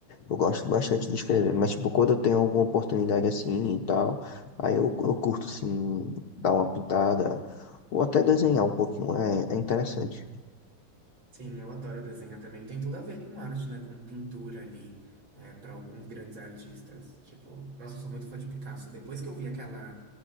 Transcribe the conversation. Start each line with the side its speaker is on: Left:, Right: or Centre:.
Left: Eu gosto bastante
Right: Uhum.
Left: de escrever, mas, tipo, quando eu tenho alguma oportunidade assim e tal, aí eu, eu curto, assim, dar uma pintada, ou até desenhar um pouquinho. É, é interessante.
Right: Sim, eu adoro desenhar também. Tem tudo a ver com arte, né? Com pintura ali, é, para alguns grandes artistas. Tipo, nossa, eu sou muito fã de Picasso. Depois que eu vi aquela